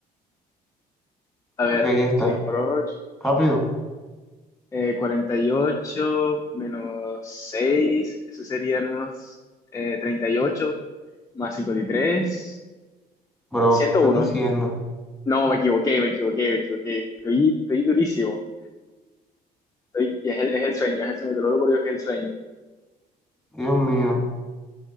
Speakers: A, on the left; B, in the centre.
A: A ver,
B: Ok, ya está.
A: 6 por 8,
B: Rápido.
A: eh, 48 menos seis eso serían unos eh, 38 más cincuenta y tres
B: Bro,
A: ciento
B: ¿qué estás
A: uno
B: diciendo?
A: No, me equivoqué, me equivoqué, me equivoqué. Estoy, estoy durísimo. Estoy- y es el, es el sueño, es el sueño, te lo juro por Dios que es el sueño.
B: Dios mío,